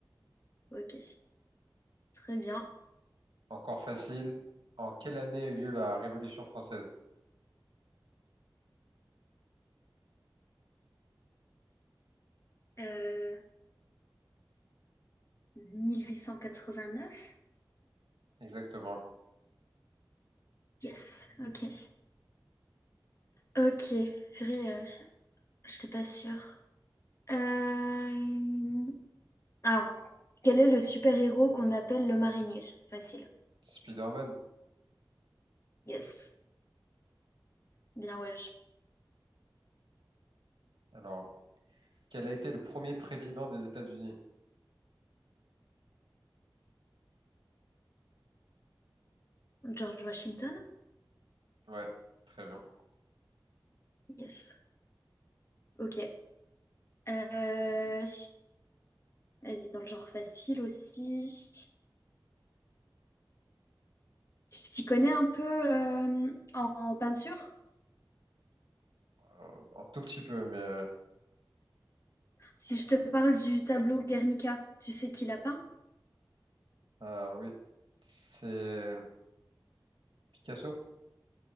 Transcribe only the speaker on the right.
encore facile. En quelle année a eu lieu la Révolution française?
Exactement.
Spider-Man.
Alors, quel a été le premier président des États-Unis?
Ouais, très bien.
Euh, Un tout petit peu, mais euh,
ah oui, c'est Picasso.